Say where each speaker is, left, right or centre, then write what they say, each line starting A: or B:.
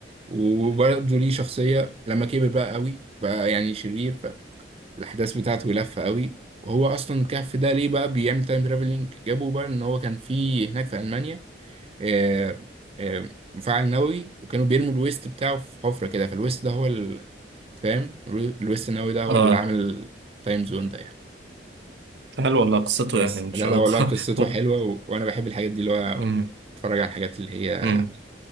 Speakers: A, on the right; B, on the right.
A: وبرضه ليه شخصية لما كبر بقى قوي بقى يعني شرير الاحداث بتاعته لفه قوي وهو اصلا الكهف ده ليه بقى بيعمل تايم ترافلنج جابوا بقى ان هو كان في هناك في المانيا آه، آه، مفاعل نووي وكانوا بيرموا الويست بتاعه في حفره كده فالويست ده هو ال- فاهم الو- الويست النووي ده هو
B: اه
A: اللي عامل تايم زون ده يعني
B: حلو والله قصته
A: بس
B: يعني مشوقة
A: لا لا والله قصته
B: <laughs>
A: حلوه و... وانا بحب الحاجات دي اللي هو
B: مم.
A: اتفرج على الحاجات اللي هي
B: مم.